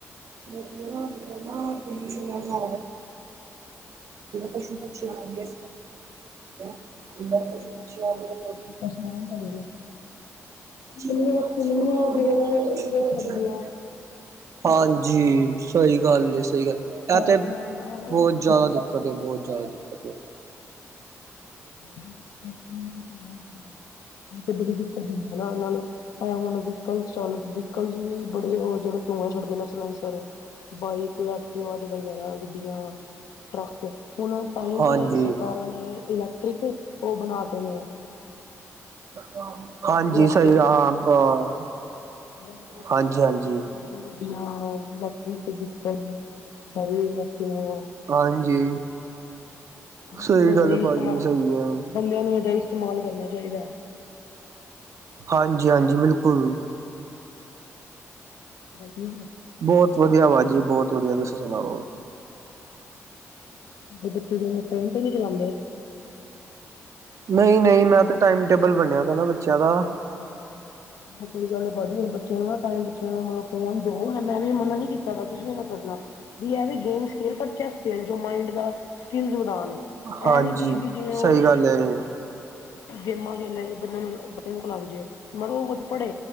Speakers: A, on the right; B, on the left.
A: <unintelligible> ਜੀਵਨ ਵਿੱਚ ਕੀ ਚਾਹੀਦਾ ਪਸ਼ੂ, ਪੰਛੀਆਂ <unintelligible> ਹੈਗੀ ਆਂ। <unintelligible> ਪੁੱਛਿਆ <unintelligible>
B: ਸਮਾਨ ਚਲੇ ਨੇ ਇਮਲੀਆਂ
A: ਜਿੰਨੀਆਂ
B: ਚਿਮਲੀਆਂ
A: ਜਿੰਨੀਆਂ
B: ਜਿਹੜੇ
A: ਜਿਹੜਾ
B: ਉਹ
A: ਬਹੁਤ
B: ਛੱਡਦੀਆਂ
A: ਚਾਹੀਦਾ ਐ। ਹਾਂਜੀ, ਸਹੀ ਗੱਲ ਐ, ਸਹੀ ਗੱਲ, ਇਹ
B: ਫੈਕਟਰੀਆਂ
A: ਤੇ
B: ਚ ਉਹਨਾਂ
A: ਬੋਤ
B: ਦੀ ਬੜੀ
A: ਜਾਦਾ ਦਿੱਕਤ ਦਿੱਕਤ ਐ ਬੋਤ ਜਾਦਾ ਦਿੱਕਤ ਐ।
B: ਹਾਂਜੀ, ਫੈਕਟਰੀਆਂ ਚੋਂ ਧੂੰਆਂ ਹੀ ਖ਼ਰਾਬ ਤੇ ਬੜੀ ਦਿੱਕਤ ਹੁੰਦੀ ਨਾ ਇਹਨਾਂ ਨੂੰ ਤਾਂ ਹੁਣ <inaudible> ਕੱਲ <unintelligible> ਉਹ ਜਿਹੜੇ ਧੂੰਆਂ ਛੱਡਦੇ ਸਲੈਸਰ। ਬਾਈਕ, ਐਕਟਿਵਾ ਵਗੈਰਾ ਗੱਡੀਆਂ। ਟਰੱਕ ਹੁਣ ਤਾਈ
A: ਹਾਂਜੀ
B: ਤੇ ਸਰਕਾਰਾਂ ਨੇ ਇਲੈਕਟ੍ਰਿਕ ਉਹ ਬਣਾ ਤੇ ਨੇ।
A: ਹਾਂ। ਹਾਂਜੀ,
B: ਇਲੈਕਟ੍ਰਿਕ
A: ਸਹੀ ਹਾਂ, ਹਾਂ, ਬਾ,
B: ਬਹੁਤ ਵਧੀਆ
A: ਹਾਂਜੀ-ਹਾਂਜੀ।
B: ਹੈ, <unintelligible>
A: ਹਾਂਜੀ, ਸਹੀ
B: ਇਹਦਾ
A: ਗੱਲ
B: ਹੀ
A: ਏ
B: ਇਸਤੇਮਾਲ
A: ਪਾਜੀ ਸਹੀ ਐ।
B: ਬੰਦਿਆਂ ਨੂੰ ਇਹਦਾ ਹੀ ਇਸਤੇਮਾਲ ਕਰਨਾ ਚਾਹੀਦਾ ਐ।
A: ਹਾਂਜੀ-ਹਾਂਜੀ, ਬਿਲਕੁਲ।
B: ਠੀਕ ਹੈ
A: ਬੋਤ ਵਧੀਆ ਪਾਜੀ ਬੋਤ ਵਧੀਆ ਤੁਸੀਂ ਸੁਣਾਓ।
B: ਤੇ ਬੱਚੇ ਜਾਦਾ ਫੋਨ ਤੇ ਨੀ ਚਲਾਂਦੇ।
A: ਨਹੀਂ-ਨਹੀਂ, ਮੈਂ ਤੇ ਟਾਈਮ ਟੇਬਲ ਬਣਿਆ ਦਾ ਨਾ ਬੱਚਿਆਂ ਦਾ।
B: ਬ ਸਹੀ ਗੱਲ ਏ ਪਾਜੀ ਬੱਚੇ <unintelligible> ਟਾਈਮ ਬੱਚਿਆਂ ਨੂੰ ਮਤਲਬ ਫੋਨ ਦੋ, ਮੈਂ ਵੀ ਮੰਨਾ ਨੀ ਕੀਤਾ ਤੁਸੀਂ ਵੀਂ ਨਾ ਕਰਨਾ। ਵੀ ਇਹ ਵੀ, ਗੇਮਸ ਖੇਲ ਪਰ ਚੈਸ ਖੇਲ, ਜੋ ਮਾਈਂਡ ਦਾ ਸਕਿੱਲਜ਼ ਵਧਾਣ। ਐ
A: ਹਾਂਜੀ
B: ਨਹੀਂ ਕਿ ਵੀ ਜਿਵੇ ਉਹ।
A: ਸਹੀ ਗੱਲ ਹੈ
B: ਗੇਮਾਂ ਖੇਲਿਆ ਬੰਦੇ ਨੂੰ ਬੱਚ ਨੂੰ ਲੱਗ ਜਾਏ ਮਤਲਬ ਉਹ ਵਧੀਆ। ਪੜੇ